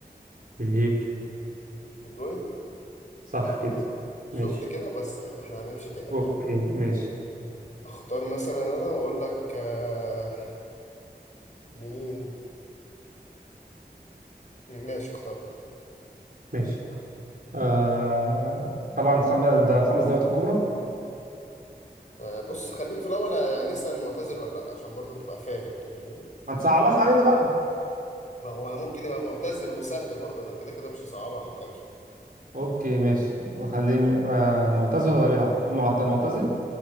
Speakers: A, on the right (about 60°); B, on the left (about 45°).
A: بلجيكي
B: دي بروين
A: صح كده
B: شفت
A: ماشي
B: كده بس يعني احنا هنمشي كده
A: اوكي
B: فاهمني
A: ماشي
B: اختار مثلا انا واقول لك آه مين ماشي اخترت
A: ماشي آه... طبعا خم... ده خمس دوريات الكبرى
B: آه بص خليك في الاول يعني اسال معتزل ولا لا عشان برضه تبقى فاهم يعني فاهمني
A: ما تصعبهاش علينا بقى
B: ما هو ممكن يبقى معتزل وسهل برضه انا كده كده مش صعبة ما تخافش
A: اوكي ماشي خليه يبقى معتزل ولا بيلعب معت- معتزل